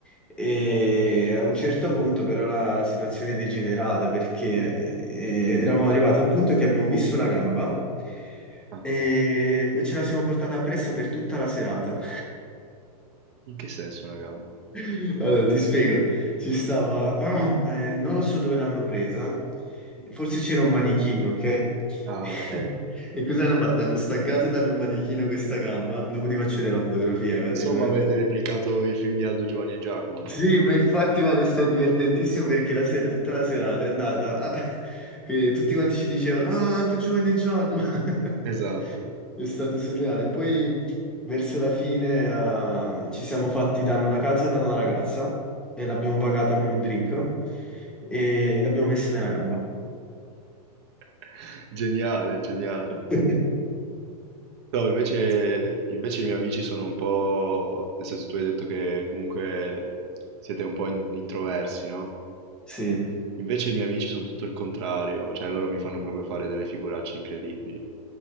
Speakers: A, in the centre; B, on the right.
A: E a un certo punto però la, la situazione è degenerata perché eh, eravamo arrivati a un punto che abbiamo visto una gamba.
B: Ah,
A: E, e ce la siamo portata appresso per tutta la serata.
B: in che senso una gamba?
A: <laughs> Allora, ti spiego, ci stava, <clears throat> eh, non lo so dove l'hanno presa, forse c'era un manichino, ok?
B: Ah,
A: <laughs>
B: ok.
A: E cosa hanno fatto? Hanno staccato dal manichino questa gamba, dopo ti faccio vedere la fotografia, eh, guarda,
B: Insomma,
A: è veramente...
B: avete replicato i film di Aldo, Giovanni e Giacomo.
A: Sì, ma infatti guarda, è stato divertentissimo perché la sera, tutta la serata è andata, ah, <laughs> che tutti quanti ci dicevano, ah, tu Giovanni e Giacomo. <laughs>
B: Esatto.
A: È stato surreale. Poi verso la fine eh, ci siamo fatti dare una cazza da una ragazza e l'abbiamo pagata con un drink e l'abbiamo messa nella gamba.
B: <laughs> Geniale, geniale.
A: <laughs>
B: No, invece, invece i miei amici sono un po'... Nel senso, tu hai detto che comunque siete un po' in- introversi, no?
A: Sì,
B: Invece i miei amici sono tutto il contrario, cioè loro mi fanno proprio fare delle figuracce incredibili.